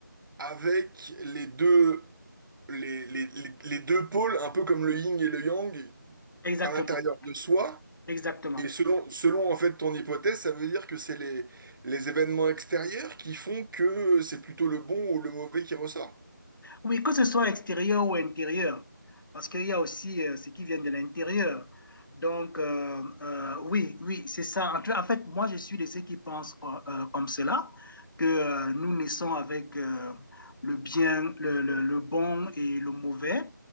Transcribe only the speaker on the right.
avec les deux, les, les les- les deux pôles, un peu comme le yin et le yang,
à l'intérieur de soi.
Et selon, selon en fait ton hypothèse, ça veut dire que c'est les, les événements extérieurs qui font que c'est plutôt le bon ou le mauvais qui ressort?